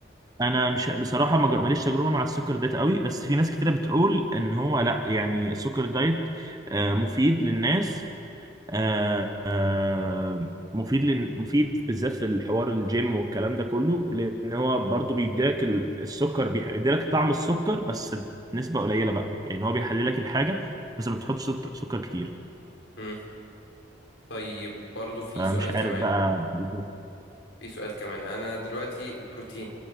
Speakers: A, on the right; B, on the left.
A: انا مش بصراحه ما جا- ماليش تجربه مع السكر دايت قوي بس في ناس كتيره بتقول ان هو لا يعني السكر دايت آه، مفيد للناس آه، آه، مفيد لن... مفيد بالذات في الحوار الجيم والكلام ده كله لان هو برضو بيديلك ال- السكر بيخ- بيديلك طعم السكر بس بنسبه قليله بقى يعني هو بيحللك الحاجه بس ما بتحطش سك- سكر كتير
B: امم طيب برضو في
A: فمش
B: سؤال كمان
A: عارف بقى بالظبط
B: في سؤال كمان انا دلوقتي البروتين